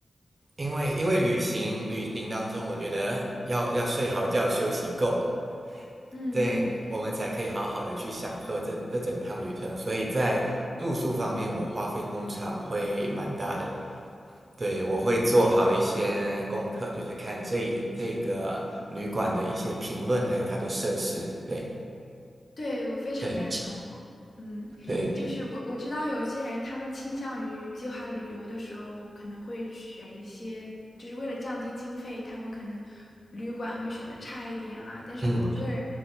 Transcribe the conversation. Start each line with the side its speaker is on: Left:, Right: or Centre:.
Right: 因为因为旅行旅行当中，我觉得要要睡好觉，休息够，
Left: 嗯嗯。
Right: 对，我们才可以好好的去享受这这整趟旅程。所以在住宿方面，我花费通常会蛮大的。对，我会做好一些功课，就是看这一这个旅馆的一些评论，还有它的设施。对，
Left: 对，我非常赞同。
Right: 对，
Left: 嗯，
Right: 对，
Left: 就是我我知道有一些人，他们倾向于计划旅游的时候，可能会选一些，就是为了降低经费，他们可能旅馆会选的差一点啊。但是我个人
Right: 嗯，